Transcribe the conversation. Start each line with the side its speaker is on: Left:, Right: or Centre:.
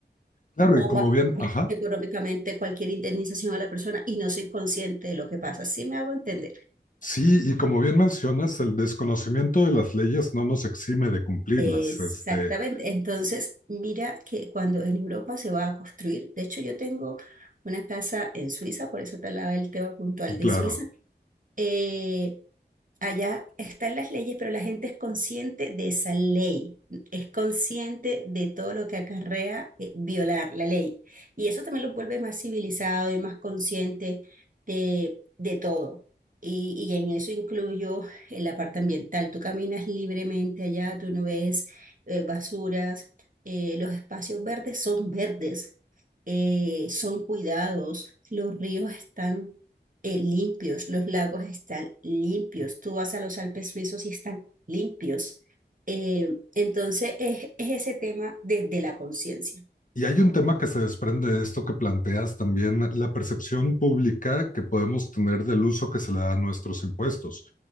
Left: Claro, y
Right: o
Left: como
Right: pagar
Left: bien, ajá,
Right: económicamente cualquier indemnización a la persona y no soy consciente de lo que pasa. Sí me hago entender.
Left: sí, y como bien mencionas, el desconocimiento de las leyes no nos exime de cumplirlas.
Right: Exactamente.
Left: Este,
Right: Entonces, mira que cuando en Europa se va a construir, de hecho yo tengo una casa en Suiza, por eso te hablaba del tema puntual de
Left: Claro.
Right: Suiza. Eh, Allá están las leyes, pero la gente es consciente de esa ley, es consciente de todo lo que acarrea eh, violar la ley. Y eso también los vuelve más civilizado y más consciente de, de todo. Y, y en eso incluyo eh, la parte ambiental. Tú caminas libremente allá, tú no ves eh, basuras, eh, los espacios verdes son verdes, eh, son cuidados, los ríos están eh, limpios, los lagos están limpios, tú vas a los Alpes suizos y están limpios. Eh, entonces es, es ese tema de, de la conciencia.
Left: Y hay un tema que se desprende de esto que planteas también, la percepción pública que podemos tener del uso que se le da a nuestros impuestos.